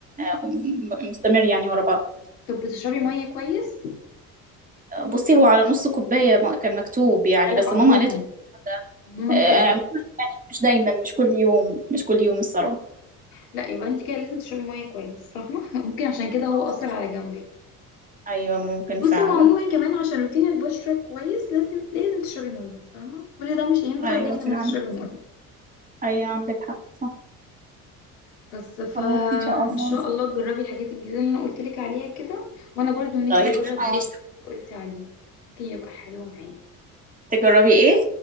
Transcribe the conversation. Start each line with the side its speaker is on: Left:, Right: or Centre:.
Right: آه، م- مستمر يعني ورا بعض
Left: طب بتشربي مية كويس
Right: بصي هو على نص كوبايه ما- كان مكتوب يعني
Left: لا لا
Right: بس
Left: عموما
Right: ماما قالت لي
Left: عموما
Right: آه،
Left: في اليوم
Right: مش دايما مش كل يوم مش كل يوم الصراحة
Left: لا يبقى انت كده لازم تشربي مية كويس فاهمة <laughs> ممكن عشان كده هو
Right: اه
Left: أثر على جنبك
Right: أيوة ممكن
Left: بصي
Right: فعلا
Left: هو عموما كمان عشان روتين البشرة كويس لازم لازم تشربي مية فاهمة كل ده مش هينفع
Right: أيوة
Left: غير لما
Right: فعلا
Left: تشربي مية
Right: أيوة عندك حق صح
Left: بس فان
Right: خلاص إن شاء الله
Left: شاء الله تجربي الحاجات الجديده اللي انا قلت لك عليها كده وانا برضو نفسي
Right: طيب
Left: اجرب ليه
Right: اه
Left: اللي قلت عليه ممكن يبقى حلو معايا
Right: تجربي إيه؟